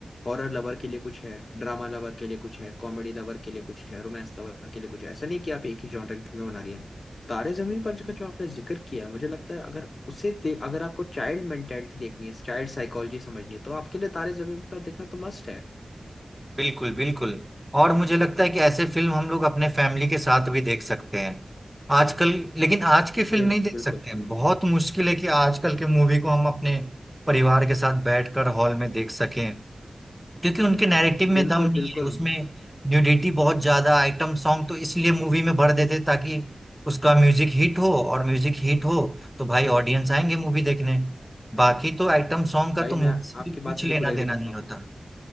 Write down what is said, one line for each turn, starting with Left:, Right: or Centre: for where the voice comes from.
Left: हॉरर लवर के लिए कुछ है ड्रामा लवर के लिए कुछ है कॉमेडी लवर के लिए कुछ है रोमांस लवर के लिए कुछ है ऐसा नहीं कि आप एक ही जॉनर की फिल्में बना रही है तारे जमीन पर का जो आपने जिक्र किया मुझे लगता है अगर उसे देख अगर आपको चाइल्ड मेंटेलिटी देखनी है चाइल्ड साइकोलॉजी समझनी है तो आपके लिए तारे जमीन पर देखना तो मस्ट है
Centre: बिल्कुल बिल्कुल और मुझे लगता है कि ऐसे फिल्म हम लोग अपने फैमिली के साथ भी देख सकते हैं आजकल लेकिन आज की फिल्म
Left: बिल-
Centre: नहीं देख
Left: बिल्कुल
Centre: सकते हैं बहुत मुश्किल है कि आजकल के मूवी को हम अपने परिवार के साथ बैठकर हॉल में देख सकें क्योंकि उनके नैरेटिव में
Left: बिल्कुल
Centre: दम नहीं
Left: बिल्कुल
Centre: है उसमें न्यूडिटी बहुत ज्यादा आइटम सॉन्ग तो इसलिए मूवी में भर देते ताकि उसका म्यूजिक हिट हो और म्यूजिक हिट हो तो भाई ऑडियंस आएंगे मूवी देखने बाकी तो आइटम सॉन्ग का
Left: भाई
Centre: तो मूवी
Left: मैं
Centre: से
Left: आपकी
Centre: कुछ
Left: बात से
Centre: लेना
Left: बिल्कुल एग्री
Centre: देना
Left: करता
Centre: नहीं
Left: हूँ
Centre: होता